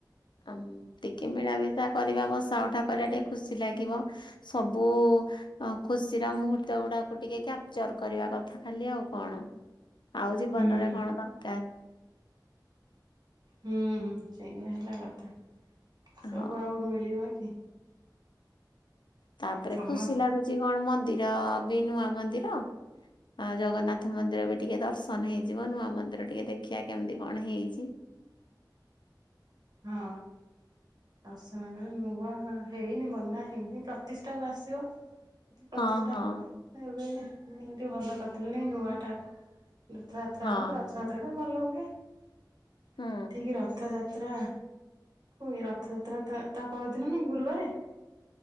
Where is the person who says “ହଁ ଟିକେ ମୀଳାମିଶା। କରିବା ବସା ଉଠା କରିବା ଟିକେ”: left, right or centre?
Left